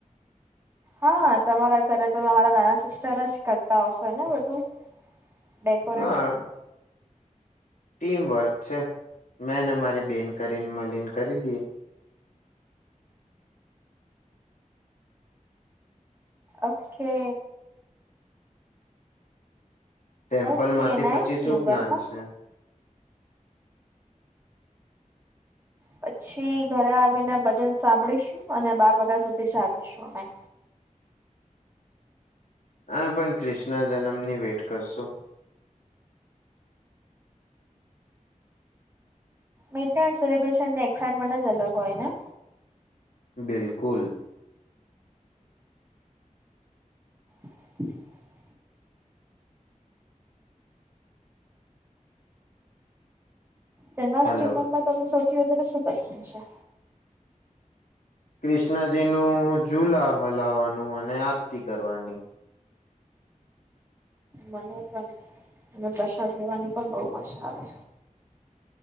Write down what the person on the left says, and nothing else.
હા ટીમ વર્ક છે, મેંને મારી બેન કરીને મલીન કરી લએ.
ટેમ્પલ
માંથી
પછી
શું
પ્લાન
છે?
અમે પણ ક્રિષ્ના જન્મની વેટ કરશું.
બિલકુલ
હલો
ક્રિષ્ણજી નું ઝુલા હલાવાનું, અને આરતી કરવાની.